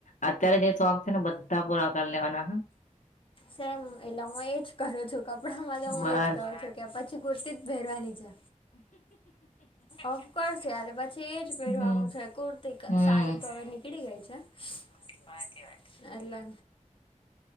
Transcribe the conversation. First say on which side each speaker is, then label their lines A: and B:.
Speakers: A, on the left; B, on the left.
A: અત્યારે જે શોખ છે ને બધા પૂરા કરી લેવાના હ
B: સેમ એટલે હું એજ કરું છું કપડામાં તો હું
A: બસ
B: એજ કરું છુ. કે પછી કુર્તી જ ભેરવાની છે. ઓફકોર્સ યાર પછી એજ પહેરવાનું
A: હમ
B: છે કુર્તી
A: હમ
B: સાડી તો હવે, ની જય છે હાચી વાત એટલે